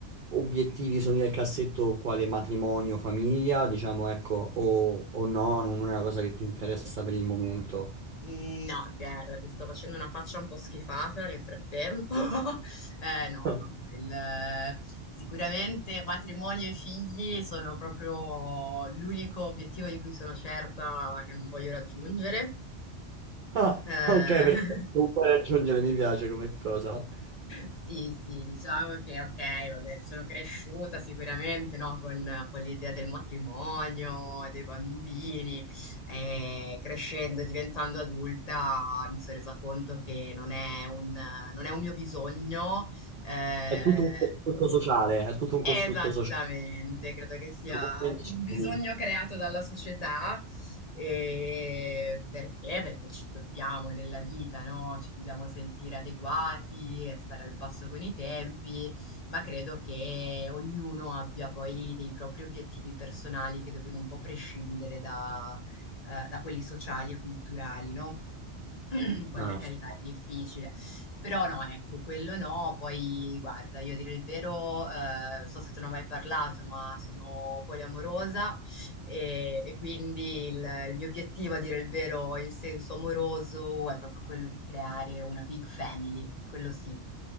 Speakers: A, on the right (about 50°); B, on the left (about 35°).
A: obiettivi, sogni nel cassetto, quale matrimonio, famiglia, diciamo, ecco, o, o no, non è una cosa che ti interessa per il momento.
B: No, guarda, ti sto facendo una faccia un po' schifata nel frattempo. <laughs> Eh, no,
A: <laughs>
B: no, no, il- sicuramente matrimonio e figli sono proprio l'unico obiettivo di cui sono certa che non voglio raggiungere.
A: Ah,
B: Eh,
A: ok, perché
B: <laughs>
A: non puoi raggiungere, mi piace come cosa.
B: Sì, sì, diciamo che ok, vabbè, sono cresciuta sicuramente, no, con, con l'idea del matrimonio, dei bambini, e crescendo e diventando adulta mi sono resa conto che non è un, non è un mio bisogno, eh,
A: È tutto un costrutto sociale, è tutto un costrutto
B: Esattamente,
A: sociale.
B: credo che sia
A: lo convenzioni.
B: un bisogno creato dalla società, ehm, perché? Perché ci dobbiamo nella vita, no, ci dobbiamo sentire adeguati e stare al passo con i tempi, ma credo che ognuno abbia poi dei propri obiettivi personali che devono un po' prescindere da, eh, da quelli sociali e culturali, no? <clears throat> Poi
A: No,
B: per
A: no,
B: carità,
A: sto-
B: è difficile. Però no, ecco, quello no. Poi guarda, io a dire il vero, eh, so se te ne ho mai parlato, ma sono poliamorosa e, e quindi il, il mio obiettivo a dire il vero in senso amoroso è proprio quello di creare una big family, quello sì.